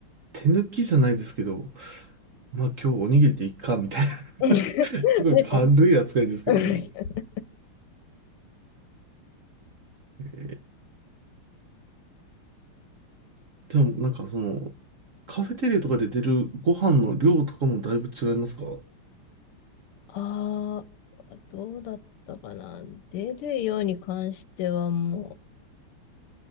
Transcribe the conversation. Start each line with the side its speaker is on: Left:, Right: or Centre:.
Right: 手抜きじゃないですけど、まあ今日おにぎりでいっか、みたいな
Left: <laughs>
Right: <laughs> すごい軽い扱いですけどね。
Left: ね <laughs>
Right: えでもなんかその、カフェテレとかで出るご飯の量とかもだいぶ違いますか
Left: ああ、どうだったかな。出るように関してはも